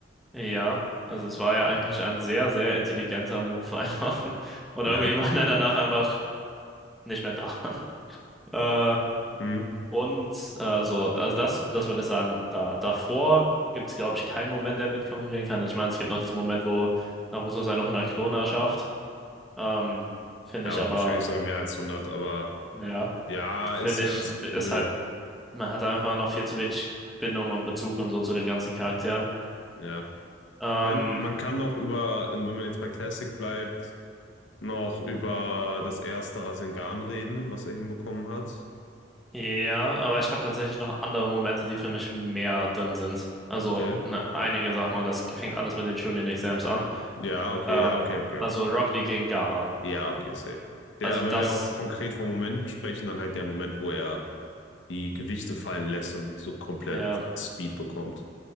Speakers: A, in the centre; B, on the left (about 80°).
A: ja, also es war ja eigentlich ein sehr, sehr intelligenter Move einfach. <laughs> Und
B: Ja,
A: irgendwie war er danach einfach nicht mehr da. <laughs> Äh,
B: mhm.
A: Und äh, so, also das, das würde ich sagen, da davor gibt es, glaube ich, keinen Moment, der mitkonkurrieren kann. Ich meine, es gibt noch diesen Moment, wo Naruto seine 100 Kloner schafft. Ähm, finde
B: Ja,
A: ich
B: aber
A: aber,
B: wahrscheinlich sogar mehr als hundert aber
A: ja,
B: ja, ist
A: finde
B: ganz
A: ich,
B: cool.
A: ist halt, man hat einfach noch viel zu wenig Bindung und Bezug und so zu den ganzen Charakteren.
B: Ja. Ich
A: Ähm,
B: mein, man kann noch über, wenn man jetzt bei Classic bleibt, noch über das erste Rasengan reden, was er hinbekommen hat.
A: ja, aber ich habe tatsächlich noch andere Momente, die für mich mehr drin sind. Also
B: Okay.
A: ne, einige Sachen und das fängt anders mit den Chunin-Exams an.
B: Ja, okay,
A: Ähm,
B: ja, okay, okay, okay,
A: also
B: okay.
A: Rocket League gegen Gaara.
B: Ja, okay, safe. Der,
A: Also das.
B: wenn wir auch konkret von Momenten sprechen, dann halt der Moment, wo er die Gewichte fallen lässt und so komplett
A: Ja,
B: Speed bekommt.